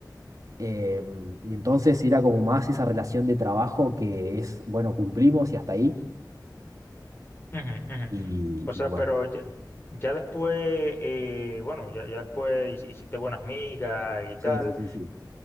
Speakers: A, on the right (about 50°); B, on the left (about 30°).
A: em, y entonces era como más esa relación de trabajo que es, bueno, cumplimos y hasta ahí.
B: Ujú, ujú.
A: y
B: O sea,
A: y bueno.
B: pero ya, ya después, eh, bueno, ya, ya después hici- hiciste buenas migas y tal.
A: Sí, sí, sí, sí.